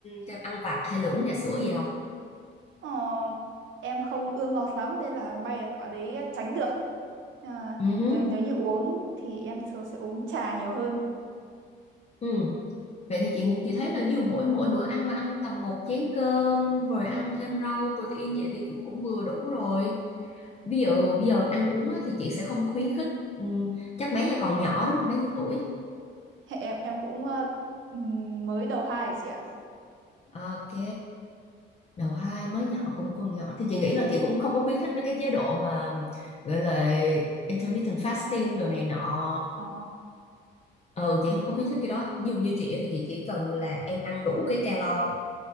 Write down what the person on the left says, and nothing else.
kem ăn vặt hay là uống trà sữa gì không?
ừ
hứ,
ừ. Vậy thì chị chị thấy là nhiều mỗi mỗi bữa ăn mà ăn tầm một chén cơm rồi ăn thêm rau protein vậy thì cũng cũng vừa đủ rồi. Ví dụ bây giờ ăn uống á, thì chị sẽ không khuyến khích. Ừm, chắc bé giờ còn nhỏ đúng không? Bé nhiêu tuổi?
Ok. Đầu hai mới nhỏ cũng còn nhỏ thì chị nghĩ là chị cũng không có khuyến khích mấy cái chế độ mà gọi là intermittent fasting đồ này nọ.
Ừ chị không có khuyến khích cái đó. Nhiều như chị á thì chị chỉ cần là em ăn đủ cái calo